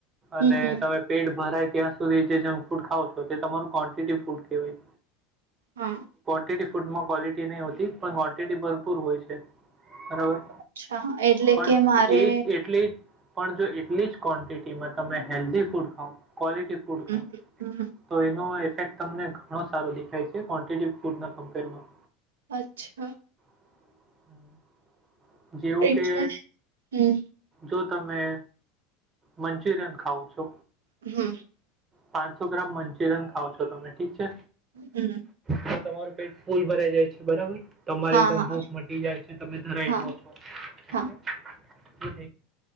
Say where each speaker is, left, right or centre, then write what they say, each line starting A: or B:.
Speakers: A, on the right; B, on the right.
A: હમ
B: અને
A: હમ
B: તમે પેટ ભરાય ત્યાં સુધી જે જંક ફૂડ ખાવઓ છો તે તમારું ક્વોન્ટિટી ફૂડ કે હોય
A: હા
B: કન્ટિટી ફૂડમાં ક્વોલિટી નહીં હોતી પણ ક્વોન્ટિટી ભરપૂર હોય છે બરાબર
A: અચ્છા એટલે
B: પણ
A: કે મારે
B: એ જ એટલી પણ જો એટલી જ ક્વોન્ટિટીમાં તમે હેલ્ધી ફૂડ ખાવ ક્લિટી ફૂડ
A: હમ હમ હમ
B: તો એનો ફે તમને ઘણો સારો દેખાય છે ક્વોન્ટિટી ફૂડના કમ્પેરમાં
A: અચ્છા
B: <inaudible> જેવું
A: એટલે
B: કે
A: હમ
B: જો તમે મંચુરિયન ખાવ છો
A: <inaudible>
B: પાંચસો ગ્રામ મંચુરિયન ખાવ છો તમે ઠીક છે
A: હમ
B: તો તમારું પેટ ફૂલ ભરાઈ જાય છે બરાબર તમારી
A: હા
B: એકદમ
A: હા
B: ભૂખ મટી જાય છે તમે ધરાઈ
A: હા
B: જાવ છો <inaudible> <inaudible>
A: હા